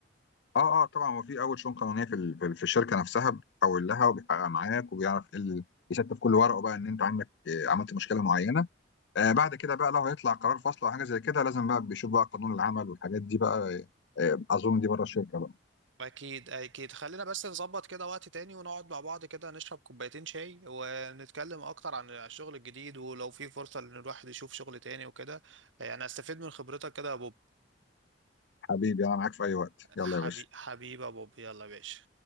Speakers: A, on the left (about 65°); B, on the right (about 80°).
A: اه اه طبعا هو في اول شؤون قانونيه في ال... في ال- في الشركه نفسها بتحول لها وبيحقق معاك وبيعرف ايه ال... يستف كل ورقه بقى ان انت عندك آه، عملت مشكله معينه آه بعد كده بقى لو هيطلع قرار فصل او حاجه زي كده لازم بقى بيشوف بقى قانون العمل والحاجات دي بقى آه آه، اظن دي بره الشركه بقى
B: اكيد اكيد خلينا بس نظبط كده وقت تاني ونقعد مع بعض كده نشرب كوبايتين شاي ونتكلم اكتر عن الشغل الجديد ولو في فرصه ان الواحد يشوف شغل تاني وكده يعني استفيد من خبرتك كده يا بوب
A: حبيبي انا معاك في اي وقت يلا
B: حبي...
A: يا باشا
B: حبيبي يا بوب يلا يا باشا